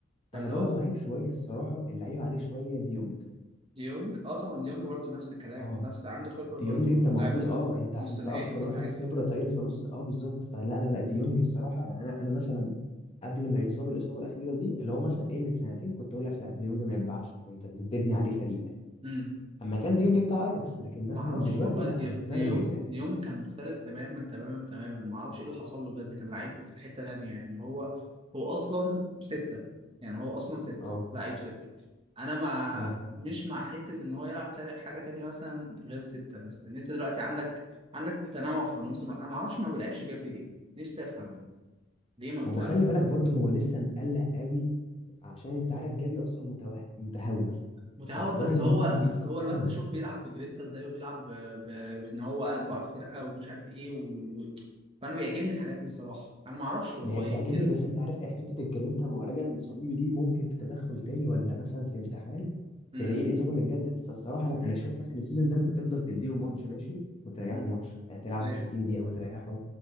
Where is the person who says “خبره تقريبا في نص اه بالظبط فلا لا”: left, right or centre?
Left